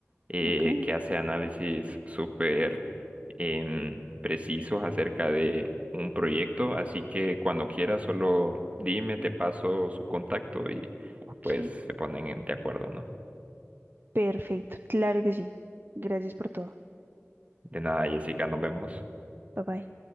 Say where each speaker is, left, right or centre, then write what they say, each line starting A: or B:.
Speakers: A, on the right; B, on the right.
A: eh,
B: Ok,
A: que hace análisis súper em, precisos acerca de un proyecto. Así que cuando quieras, solo dime, te paso su contacto y
B: ok.
A: pues se ponen en- de acuerdo, ¿no?
B: Perfecto, claro que sí. Gracias por todo.
A: De nada, Jessica, nos vemos.
B: Bye bye.